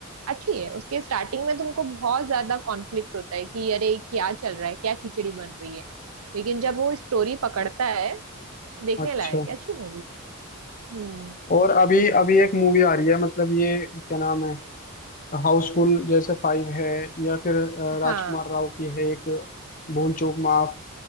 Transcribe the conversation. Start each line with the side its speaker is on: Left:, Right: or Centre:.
Right: अच्छी है उसके स्टार्टिंग में तुमको बहुत ज्यादा कॉन्फ्लिक्ट होता है कि अरे क्या चल रहा है क्या खिचड़ी बन रही है लेकिन जब वो स्टोरी पकड़ता है देखने
Left: अच्छा
Right: लायक है, अच्छी मूवी हम्म
Left: और अभी अभी एक मूवी आ रही है मतलब ये क्या नाम है हाउसफुल जैसे फाइव है या फिर अ, राजकुमार
Right: हाँ
Left: राव की है एक भूल चूक माफ